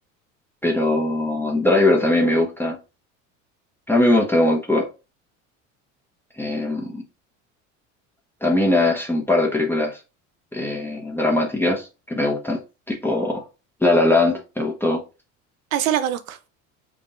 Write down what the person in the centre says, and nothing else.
Pero Driver también me gusta. A mí me gusta cómo actúa. Em, También hace un par de películas eh, dramáticas que me gustan, tipo La La Land, me gustó,